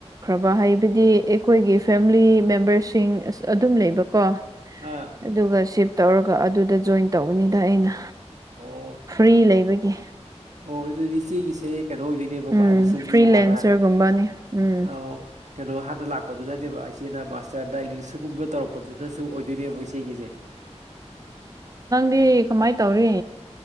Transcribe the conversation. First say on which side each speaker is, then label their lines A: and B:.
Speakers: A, on the right; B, on the right.
A: ꯕꯥ ꯍꯥꯏꯕꯗꯤ ꯑꯩꯈꯣꯏꯒꯤ ꯐꯦꯃꯤꯂꯤ ꯃꯦꯝꯕꯔꯁꯤꯡ ꯑꯁ ꯑꯗꯨꯝ ꯂꯩꯕꯀꯣ
B: ꯑꯥ
A: ꯑꯗꯨꯒ ꯁꯤꯞ ꯇꯧꯔꯒ ꯑꯗꯨꯗ ꯖꯣꯏꯟ ꯇꯧꯕꯅꯤꯗ ꯑꯩꯅ
B: ꯑꯣ
A: ꯐ꯭ꯔꯤ ꯂꯩꯕꯒꯤ
B: ꯑꯣ ꯑꯗꯨꯗꯤ ꯏꯆꯦꯒꯤꯁꯦ ꯀꯩꯅꯣ ꯑꯣꯏꯗꯣꯏꯅꯦꯕꯀꯣ
A: ꯎꯝ
B: ꯍꯥꯏꯗꯤ ꯏꯆꯦꯒꯤ
A: ꯐ꯭ꯔꯤꯂꯦꯟꯁꯔꯒꯨꯝꯕꯅꯤ
B: ꯍꯥꯟꯅ
A: ꯎꯝ
B: ꯑ ꯀꯩꯅꯣ ꯍꯥꯟꯅ ꯂꯥꯛꯄꯗꯨ ꯅꯦꯕ ꯑꯩꯁ ꯏꯆꯦꯅ ꯃꯥꯁꯇꯔꯅ ꯏꯪꯂꯤꯁꯒꯨꯝꯕ ꯇꯧꯔꯛꯄꯗꯨꯅꯁꯨ ꯑꯣꯏꯗꯣꯏꯅꯦꯕ ꯏꯆꯦꯒꯤꯁꯦ
A: ꯗꯤ ꯀꯃꯥꯏ ꯇꯧꯔꯤ